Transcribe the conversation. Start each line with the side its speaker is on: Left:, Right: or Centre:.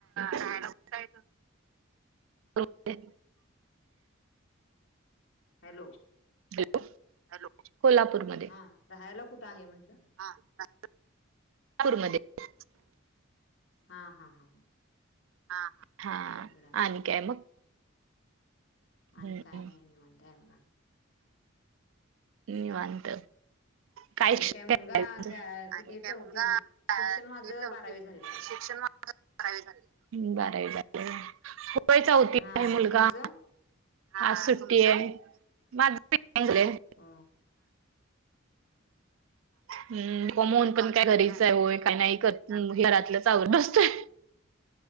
Right: रहायला कुठे आहे तुम्ही?
Left: हॅलो.
Right: हॅलो हॅलो कोल्हापूरमध्ये.
Left: हा राहायला कुठं आहे म्हंटलं?
Right: हा कोल्हापुरमध्ये.
Left: हा हा हा हा,
Right: हा हा,
Left: तिकडं आहे.
Right: आणि काय मग.
Left: आणि
Right: हम्म
Left: काय नाही निवांत हाय बघा. असं.
Right: निवांत. काय
Left: आणि
Right: शिक्षण
Left: मुलगा
Right: आहे त्याचं
Left: क कितवीत
Right: आणि काय
Left: चौथीला?
Right: मुलगा
Left: शिक्षण
Right: कितवी
Left: माझं
Right: चौथीत
Left: बारावी झालेलं
Right: <inaudible>
Left: आहे. बघा.
Right: दहावी बारावी झाले बारावी झाली <inaudible> होय होय चौथीत
Left: हा
Right: आहे मुलगा
Left: तुमचं?
Right: आज सुट्टी हाय माझं बी ए झालंय.
Left: अ,
Right: हम्म होय मी पण काय
Left: चांगलाय
Right: घरीच आहे नाही काय करत. हम घरातल्याच आवरत बसते.